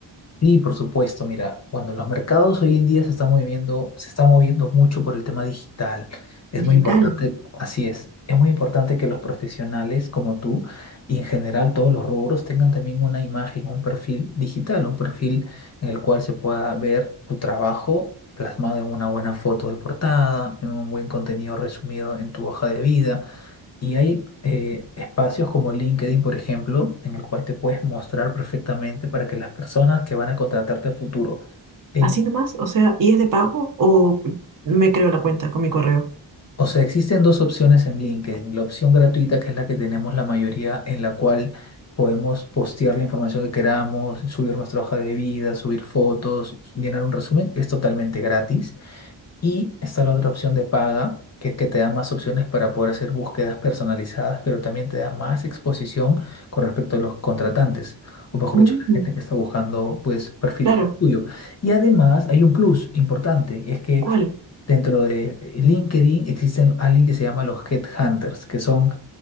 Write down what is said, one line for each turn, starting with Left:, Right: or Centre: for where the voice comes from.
Left: Sí, por supuesto. Mira, bueno, los mercados hoy en día se están moviendo, se está moviendo mucho por el tema digital. Es
Right: Digital.
Left: muy importante, así es. Es muy importante que los profesionales como tú y en general todos los rubros tengan también una imagen, un perfil digital, un perfil en el cual se pueda ver tu trabajo plasmado en una buena foto de portada, en un buen contenido resumido en tu hoja de vida. Y hay eh, espacios como LinkedIn, por ejemplo, en el cual te puedes mostrar perfectamente para que las personas que van a contratarte a futuro. en-
Right: Así nomás, o sea, ¿y es de pago o me creo la cuenta con mi correo?
Left: o sea, existen dos opciones en LinkedIn. La opción gratuita, que es la que tenemos la mayoría, en la cual podemos postear la información que queramos, subir nuestra hoja de vida, subir fotos, llenar un resumen, es totalmente gratis. Y está la otra opción de paga, que es que te da más opciones para poder hacer búsquedas personalizadas, pero también te da más exposición con respecto a los contratantes, o mejor
Right: Mm,
Left: dicho, la gente que está buscando pues perfiles
Right: claro,
Left: como el tuyo. Y además hay un plus importante, es que
Right: ¿cuál?
Left: dentro de LinkedIn existen alguien que se llama los headhunters, que son